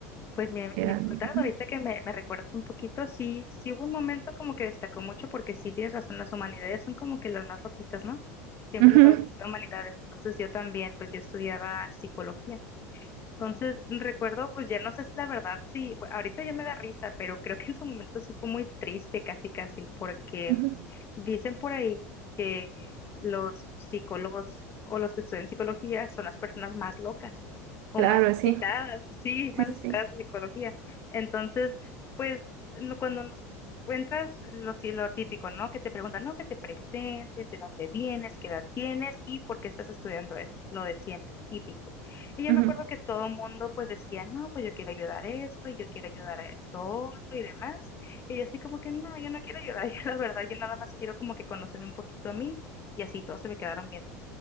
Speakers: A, on the left; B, on the right.
A: Pues me,
B: Eran.
A: me contabas
B: ujú,
A: ahorita que me, me recuerdas un poquito, sí, sí hubo un momento como que destacó mucho porque sí tienes razón, las humanidades son como que las más loquitas, ¿no? Siempre
B: ujú,
A: las humanidades. Entonces yo también, pues yo estudiaba psicología. Entonces recuerdo, pues ya no sé si la verdad, sí, ahorita ya me da risa, pero creo que en su momento sí fue muy triste, casi, casi, porque
B: ujú.
A: Dicen por ahí que los psicólogos o los que estudian psicología son las personas más locas o
B: Claro,
A: más necesitadas,
B: sí.
A: sí, más
B: Sí, sí,
A: necesitadas
B: sí.
A: de psicología. Entonces, pues no- cuando nos encuentras lo, sí, lo típico, ¿no? Que te preguntan, no, que te presentes, de dónde vienes, qué edad tienes y por qué estás estudiando esto, lo de siempre, típico. Y yo
B: ujú.
A: me acuerdo que todo el mundo pues decía, no, pues yo quiero ayudar a esto y yo quiero ayudar a esto otro y demás. Y yo así como que no, yo no quiero ayudar, <laughs> yo la verdad, yo nada más quiero como que conocerme un poquito a mí y así todos se me quedaron viendo.